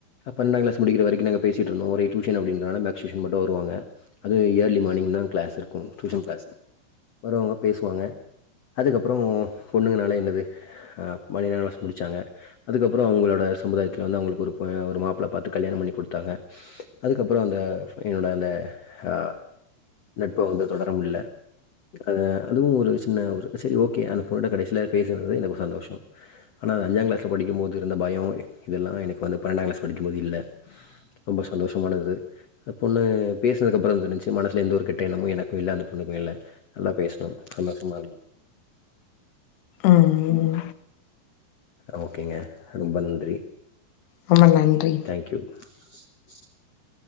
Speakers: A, on the left (about 55°); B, on the left (about 80°).
A: பன்னண்டாங்க்ளாஸ் முடிக்கிற வரைக்கு நாங்க பேசிட்டுருந்தோ ஒரே டியூஷன்றதனால மேக்ஸ் டியூஷன் மட்டு வருவாங்க அதுவு இயர்லி மார்னிங் தா க்ளாஸ் இருக்கு டியூஷன் க்ளாஸ் வருவாங்க பேசுவாங்க அதுக்கப்புறோ பொண்ணுங்கனாலே என்னது மேரேஜ் முடிச்சாங்க அதுக்கப்புறோ அவங்களோட சமுதாய வந்து அவ்ங்ளுக்கு ஒரு ஒரு மாப்ள பாத்து கல்யாண பண்ணி குடுத்தாங்க அதுக்கப்றோ அந்த என்னோட அந்த அ நட்ப வந்து தொடர முல்ல அத அதுவு ஒரு சின்ன ஒரு செரி ஓகே அந்த பொண்ணோட கடசில பேசுனது எனக்கு சந்தோஷோ ஆனா அந்த அஞ்சாங் க்ளாஸ்ல படிக்கும்போது இருந்த பயோ இதல்லா எனக்கு வந்து பன்னண்டா லக்ளாஸ் படிக்கும்போது இல்ல ரொம்ப சந்தோஷமா இருந்துது அந்த பொண்ணு பேஸ்னதுக்கு அப்றோ நல்ல இருந்துச்சு மனசுல எந்த ஒரு கெட்ட என்னமு எனக்கு இல்ல அந்த பொண்ணுக்கும் இல்ல நல்லா பேசணோ சந்தோஷமா இருந்தோ
B: ம்
A: ஓகேங்க ரொம்ப நன்றி
B: ரொம்ப நன்றி
A: தேங்க் யூ. <inaudible>